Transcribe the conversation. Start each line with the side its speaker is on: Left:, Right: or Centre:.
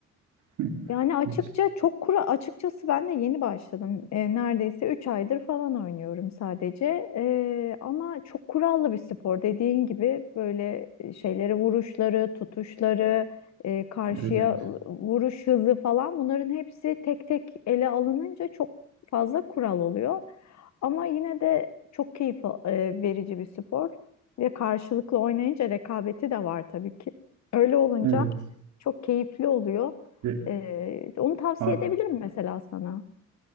Right: <laughs>
Left: Yani açıkça
Right: Hiç.
Left: çok kuru açıkçası ben de yeni başladım. E, neredeyse 3 aydır falan oynuyorum sadece. E, ama çok kurallı bir spor dediğin gibi böyle e, şeyleri vuruşları, tutuşları, e, karşıya
Right: Evet.
Left: vuruş hızı falan bunların hepsi tek tek ele alınınca çok fazla kural oluyor. Ama yine de çok keyif e, verici bir spor ve karşılıklı oynayınca rekabeti de var tabii ki. Öyle olunca
Right: Evet.
Left: çok keyifli oluyor.
Right: Ve,
Left: E, onu tavsiye
Right: a-
Left: edebilirim mesela sana.